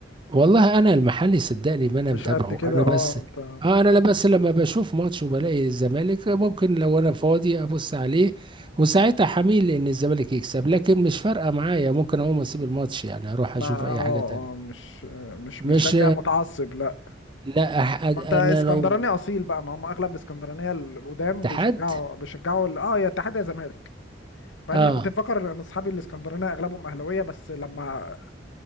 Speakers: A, on the right; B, on the left.
A: والله انا المحلي صدقني ما انا
B: مش
A: متابعه
B: قد كده
A: انا
B: اه
A: بس
B: انت
A: اه انا لا بس لما بشوف ماتش وبلاقي الزمالك ممكن لو انا فاضي ابص عليه وساعتها حميل ان الزمالك يكسب لكن مش فارقه معايا ممكن اقوم اسيب الماتش يعني اروح
B: ما
A: اشوف
B: اه
A: اي حاجه تانية
B: اه مش مش
A: مش
B: مشجع متعصب لا
A: لا أح- انا
B: ما انت اسكندراني
A: لو
B: اصيل بقى ما هم اغلب الاسكندرانيه القدام
A: اتحاد
B: بيشجعوا بيشجعوا ال- اه يا اتحاد يا زمالك مع
A: اه
B: ان انا كنت مفكر ان اصحابي الاسكندرانيه اغلبهم اهلاويه بس لما